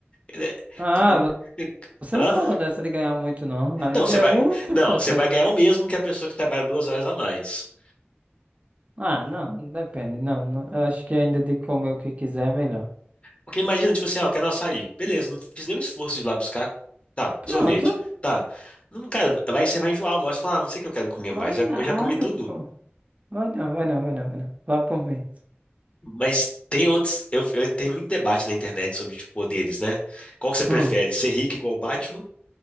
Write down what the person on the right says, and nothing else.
Ah,
vo- você
não falou dessa de ganhar muito, não. Aí
já
é
outro
fator.
pô.
Ah, não, depende, não, não. Eu acho que ainda de comer o que quiser é melhor.
Pronto.
Vai
nada,
pô. Vai não, vai não, vai não, vai não. Vá por mim.
Hum.